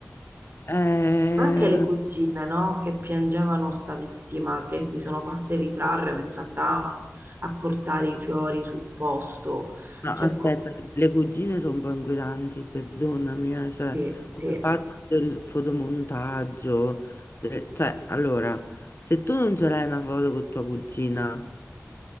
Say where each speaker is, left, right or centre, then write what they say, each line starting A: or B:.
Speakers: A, on the left (about 55°); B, on the right (about 45°).
A: Eh,
B: Anche le cugine, no? Che piangevano sta vittima, che si sono fatte ritrarre mentre andavano a portare i fiori sul posto.
A: no,
B: Cioè,
A: aspetta,
B: co-
A: le cugine sono un po' inquietanti, perdonami, eh, cioè,
B: sì, sì.
A: quel fatto del fotomontaggio, de- cioè, allora, se tu non ce l'hai una foto con tua cugina,